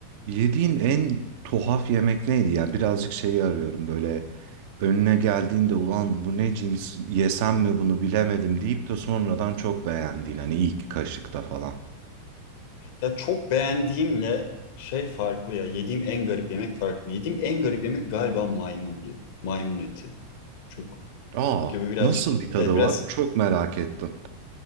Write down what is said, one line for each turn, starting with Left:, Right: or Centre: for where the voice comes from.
Right: Yediğin en tuhaf yemek neydi? Yani birazcık şeyi arıyorum böyle önüne geldiğinde ulan bu ne cins yesem mi bunu bilemedim deyip de sonradan çok beğendiğin hani ilk kaşıkta falan.
Left: Ya çok beğendiğimle şey farklı ya. Yediğim en garip yemek farklı. Yediğim en garip yemek galiba maymundu. Maymun eti. Çok
Right: Aa
Left: gibi birazcık.
Right: nasıl bir tadı
Left: Evet biraz.
Right: var? Çok merak ettim.